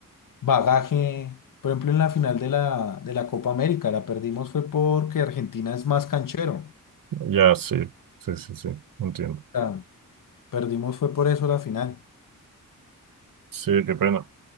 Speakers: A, on the left; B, on the right.
A: bagaje. Por ejemplo, en la final de la, de la Copa América la perdimos fue porque Argentina es más canchero.
B: Ya, sí, sí, sí, sí, entiendo.
A: O sea, perdimos fue por eso la final.
B: Sí, qué pena.